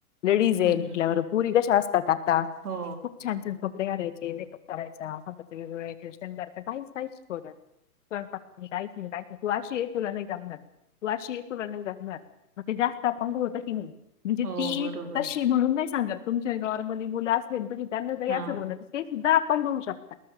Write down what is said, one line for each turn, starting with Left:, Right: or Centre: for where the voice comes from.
Left: लेडीज आहे
Right: हं
Left: म्हटल्यावरती
Right: हं
Left: पोरी कशा असतात आता,
Right: हो
Left: खूप छान छान कपडे घालायचे. करायचा, स्वतः वेगवेगळे्या हेअरस्टाईल करता,, काही काहीच शिकवलं नाही. स्वयंपाक,, तू अशी ये तुला नाही जमणार. तु अशी आहे तुला नाही जमणार, मग ते जास्त आपंग होतं की नाही. म्हणजे ती
Right: हो बरोबर
Left: तशी म्हणून नाही सांगत, तुमच्या नॉर्मली मुलं तेनी विचारलं तरी,
Right: हां
Left: एकदा आपण बघू शकता